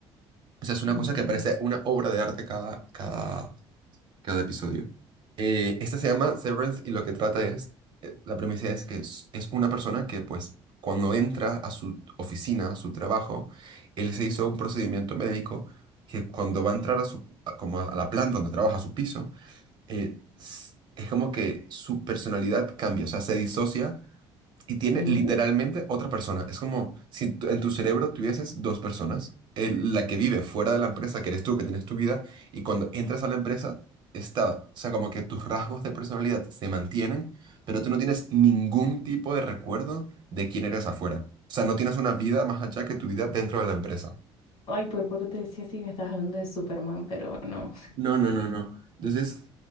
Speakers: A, on the right (about 45°); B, on the left (about 55°).
A: O sea, es una
B: Me
A: cosa
B: encanta.
A: que parece una obra de arte cada, cada cada episodio. Eh, esta se llama Severance y lo que trata es, eh, la premisa es que es, es una persona que pues cuando entra a su oficina, a su trabajo, él se hizo un procedimiento médico que cuando va a entrar a su, a- como a, a la planta donde trabaja, a su piso, eh, s- es como que su personalidad cambia, o sea, se disocia y tiene
B: Mm.
A: literalmente otra persona. Es como si tu- en tu cerebro tuvieses dos personas. El- la que vive fuera de la empresa, que eres tú, que tienes tu vida, y cuando entras a la empresa, está, o sea, como que tus rasgos de personalidad se mantienen, pero tú no tienes ningún tipo de recuerdo de quién eres afuera. O sea, no tienes una vida más allá que tu vida dentro de la empresa.
B: Ay, por poco te decía si me estabas hablando de Superman, pero no.
A: No, no, no, no. Entonces,